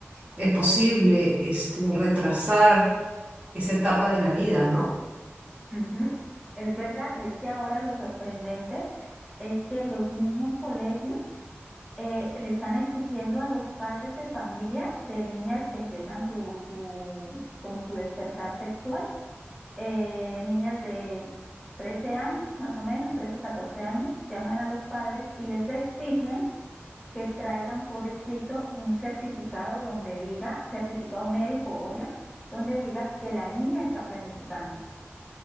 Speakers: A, on the right (about 30°); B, in the centre.
A: es posible, este, retrasar esa etapa de la vida, ¿no?
B: Ujú. Es verdad, y es que ahora lo sorprendente es que los mismos colegios eh, le están exigiendo a los padres de familia de niñas que empiezan su, su como su despertar sexual, eh, niñas de 13 años, más o menos, 13 14 años, llaman a los padres y les exigen que traigan por escrito un certificado donde diga, certificado médico obvio, donde diga que la niña está planificando.